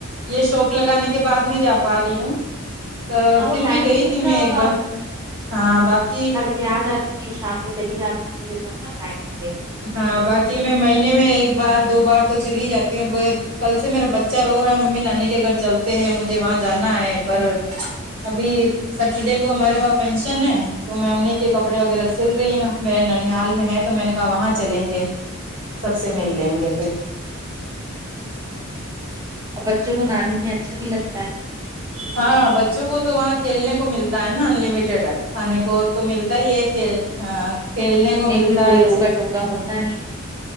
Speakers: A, on the right (about 80°); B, on the right (about 15°).
A: یہ شاپ لگانے کے بعد نہیں جا پا رہی ہوں تو
B: ہاں وہ
A: پھر
B: ٹائم
A: بھی گئی
B: ہی نہیں
A: تھی
B: مل رہا
A: میں ایک
B: ہوگا
A: بار ہاں باقی
B: جیاد آات شام کو چلی آپ دا ن ٹائمے
A: ہاں باقی میں مہینے میں ایک بار دو بار تو چلی جاتی ہوں بس کل سے میرا بچہ رو رہا ہے ممی نانی کے گھر چلتے ہیں مجھے وہاں جانا ہے پر ابھی سٹرڈے کو ہمارے وہاں فنکشن ہے تو میں انہیں کے کپڑے وغیرہ سل رہی ہوں میں ننحال میں ہے تو میں نے کا وہاں چلیں گے سب سے مل لیں گے پھر
B: اور بچوں کو نانی کے یہاں اچھا بھی لگتا ہے
A: ہاں بچوں کو تو وہاں کھیلنے کو ملتا ہے نا انلمیٹیڈ ہے کھانے کو تو ملتا ہی ہے کھیل ہاں کھیلنے کو ملتا
B: بھی کوئی
A: ہے اچھا
B: روکا ٹوکا ہوتا نہیں ہے